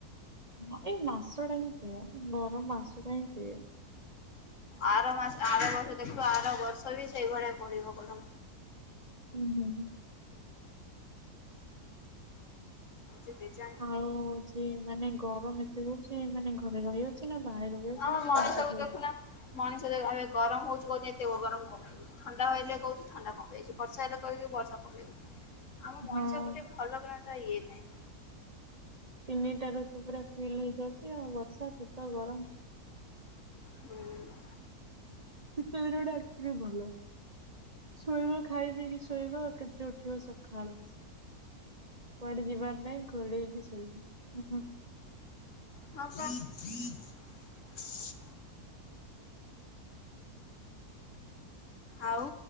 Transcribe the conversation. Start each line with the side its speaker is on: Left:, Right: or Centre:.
Right: ହଁ ଏଇ ମାସ ଟା ହିଁ ସେୟା ଗରମ ମାସ ଟା ହିଁ ସେଆ।
Left: ଆର ମାସ ଆର ବର୍ଷ ଦେଖିବୁ ଆର ବର୍ଷ ବି ସେଇଭଳିଆ ପଡିବ କଣ।
Right: ହୁଁ ହୁଁ ହୁଁ।
Left: ଯବେ ଜା <unintelligible>
Right: ଆଉ ସିଏ ମାନେ ଗରମ ଏତେ ହଉଚି ମାନେ ଘରେ ରହିହଉନି। ନା ବାହାରେ ରହି ଯାଉଛି
Left: ଆମ
Right: ନା
Left: ମଣିଷକୁ
Right: କଣ କରିବୁ।
Left: ଦେଖୁନା ମଣିଷ ଏବେ ଗରମ ହଉଛି କହୁଚି ଏତେ ଗରମ କଣ। ଥଣ୍ଡା ହେଲେ କହୁଛି ଥଣ୍ଡା ପକେଇଚି ବର୍ଷାହେଲେ କହୁଚି ବର୍ଷା ପକେଇଚି।
Right: <inaudible>
Left: ଆମ ମଣିଷ
Right: ହଁ
Left: ଗୋଟେ ଭଲ କଣ ଟା ଇଏ ନାହିଁ।
Right: ତିନିଟା ଋତୁ ପୁରା ଫିଲ୍ ହେଇଯାଉଛି ଆଉ ବର୍ଷା ଶୀତ ଗରମ।
Left: ହୁଁ <inaudible>
Right: ଶୀତ ଦିନଟା ଆକଚୁଲି ଭଲ। ଶୋଇବ ଖାଇ ପିଇ କିି ଶୋଇବ ଏକାଥରକେ ଉଠିବ ସକାଳୁ। କୁଆଡେ ଯିବାର ନାଇଁ ଘୋଡେଇକି ଶୋଇବ।
Left: ହଁ ପା <unintelligible> ଆଉ?